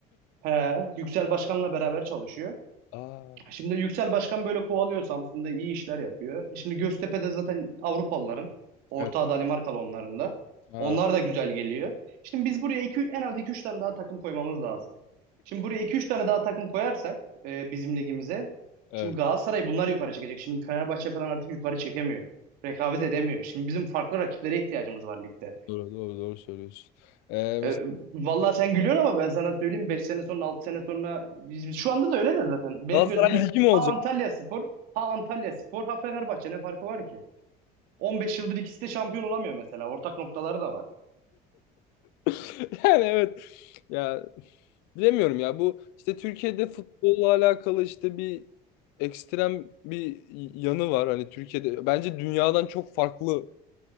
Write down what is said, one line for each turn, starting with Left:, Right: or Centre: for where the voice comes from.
Right: He, Yüksel Başkan'la beraber çalışıyor.
Left: <laughs> Aa,
Right: Şimdi Yüksel Başkan böyle kovalıyor Samsun'da iyi işler yapıyor. E Şimdi Göztepe'de zaten Avrupalıların. Ortağı
Left: evet.
Right: Danimarkalı onların da.
Left: Aa,
Right: Onlar da güzel geliyor. Şimdi biz buraya iki, en az iki üç tane daha takım koymamız lazım. Şimdi buraya iki üç tane daha takım koyarsak e, bizim ligimize.
Left: evet.
Right: Şimdi Galatasaray bunlar yukarı çekecek. Şimdi Fenerbahçe falan artık yukarı çekemiyor. Rekabet edemiyor. Şimdi bizim farklı rakiplere ihtiyacımız var ligde.
Left: Doğru doğru doğru söylüyorsun. Ee,
Right: E,
Left: mesela
Right: vallahi sen gülüyorsun ama ben sana söyleyeyim 5 sene sonra 6 sene sonra şu anda da öyle de zaten. Benim
Left: Galatasaray
Right: gözümde
Left: Ligi mi olacak?
Right: ha Antalya Spor ha Antalya Spor ha Fenerbahçe ne farkı var ki? on beş yıldır ikisi de şampiyon olamıyor mesela. Ortak noktaları da var.
Left: <laughs> Yani evet. Ya bilemiyorum ya bu işte Türkiye'de futbolla alakalı işte bir ekstrem bir yanı var. Hani Türkiye'de bence dünyadan çok farklı